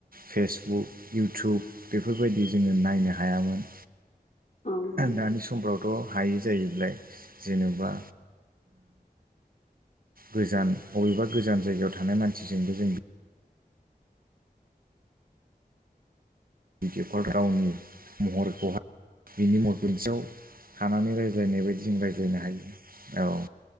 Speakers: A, on the right; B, on the left.
A: फेसबुक इउटुब बेफोरबायदि जोङो नायनो हायामोन
B: औ नोंथां औ नोंथां
A: दानि समफ्रावथ' हायो जाहैल जेनेबा गोजान बबेबा गोजान जायगायाव थानाय मानसिजोंबो जों बिटि एफ गावनि महरखौहाय बिनि महर खसेयाव थानानै रायजो रायज्लायनाय बायदि जों रायज्लायनो हायो औ